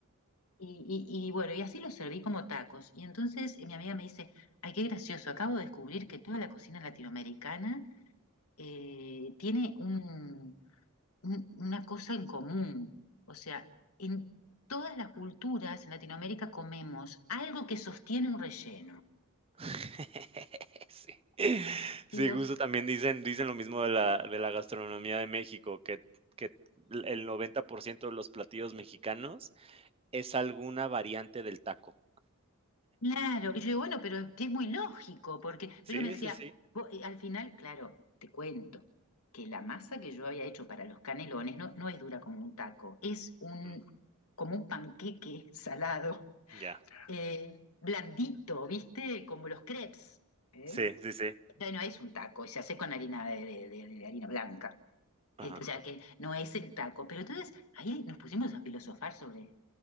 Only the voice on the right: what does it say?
<laughs> Sí. Sí,
justo también dicen dicen lo mismo de la de la gastronomía de México, que que el 90% de los platillos mexicanos es alguna variante del taco.
Sí,
sí, sí.
Ujú.
Ya.
Sí, sí, sí.
Ajá,